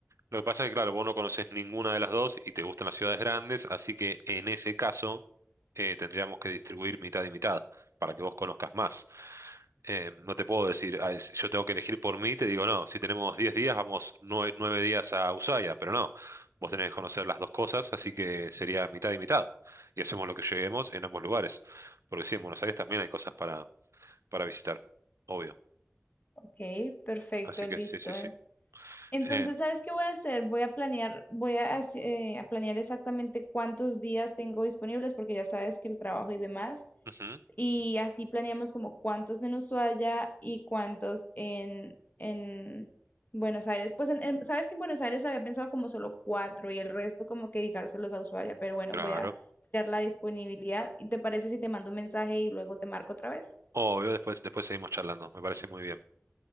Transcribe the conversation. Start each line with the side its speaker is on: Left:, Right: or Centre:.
Right: Lo que pasa es que, claro, vos no conoces ninguna de las dos y te gustan las ciudades grandes, así que en ese caso eh, tendríamos que distribuir mitad y mitad para que vos conozcas más. Eh, no te puedo decir, "Ay, si yo tengo que elegir por mí, te digo, no, si tenemos 10 días, vamos nueve nueve días a Ushuaia, pero no, vos tenés que conocer las dos cosas, así que sería mitad y mitad. Y hacemos lo que lleguemos en ambos lugares, porque sí, en Buenos Aires también hay cosas para, para visitar, obvio.
Left: ok, perfecto,
Right: Así que
Left: listo.
Right: sí, sí, sí.
Left: Entonces,
Right: Eh,
Left: ¿sabes qué voy a hacer? Voy a planear, voy a, hace- eh, a planear exactamente cuántos días tengo disponibles, porque ya sabes que el trabajo y demás.
Right: ujú,
Left: Y así planeamos como cuántos en Ushuaia y cuántos en, en Buenos Aires. Pues en- en- sabes que en Buenos Aires había pensado como solo cuatro y el resto como que dedicárselos a Ushuaia. Pero bueno,
Right: claro.
Left: voy a crear la disponibilidad. ¿Y te parece si te mando un mensaje y luego te marco otra vez?
Right: Obvio, después, después seguimos charlando. Me parece muy bien.